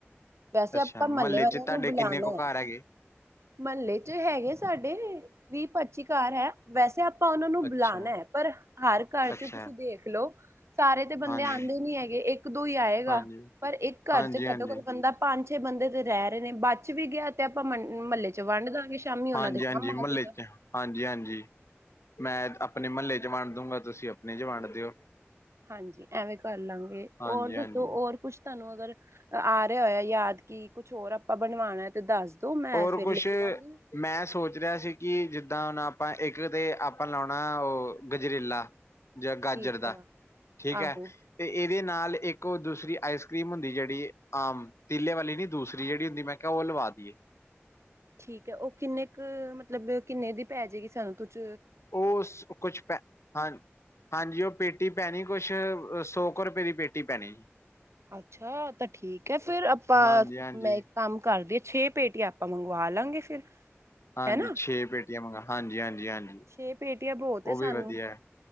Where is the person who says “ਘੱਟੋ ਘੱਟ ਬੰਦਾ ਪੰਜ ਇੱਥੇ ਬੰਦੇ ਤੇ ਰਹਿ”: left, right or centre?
Right